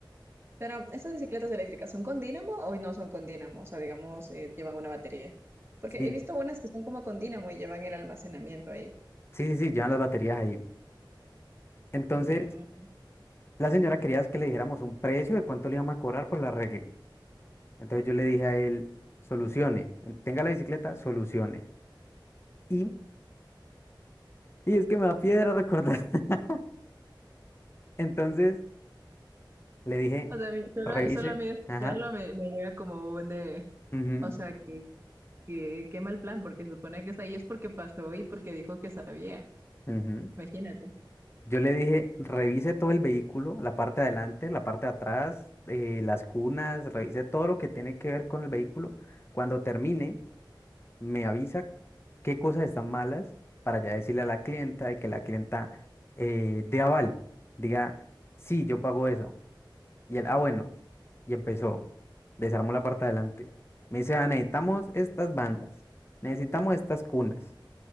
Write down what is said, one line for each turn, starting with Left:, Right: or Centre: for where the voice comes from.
Right: Pero, ¿esas bicicletas eléctricas son con dínamo o no son con dínamo? O sea, digamos, eh, llevan una batería. Porque
Left: Sí,
Right: he visto
Left: sí,
Right: unas que son como con dínamo y llevan el almacenamiento ahí.
Left: sí, sí, llevan las baterías ahí. Entonces,
Right: Mm.
Left: La señora quería que le dijéramos un precio de cuánto le íbamos a cobrar por el arreglo. Entonces yo le dije a él, solucione, eh, tenga la bicicleta, solucione. Y, y es que me da piedra recordar. <laughs> Entonces le dije,
Right: O sea, a mí- solo,
Left: revise,
Right: solo a mí de escucharlo
Left: ajá,
Right: me, me llega como un de,
Left: ujú,
Right: o sea, que, que, qué mal plan, porque se supone que está ahí es porque pasó y porque dijo que sabía,
Left: ujú.
Right: imagínate.
Left: Yo le dije, revise todo el vehículo, la parte de adelante, la parte de atrás, eh, las cunas, revise todo lo que tiene que ver con el vehículo. Cuando termine, me avisa qué cosas están malas para ya decirle a la clienta y que la clienta eh, dé aval, diga, sí, yo pago eso. Y él, ah, bueno, y empezó, desarmó la parte de adelante. Me dice, ah, necesitamos estas bandas, necesitamos estas cunas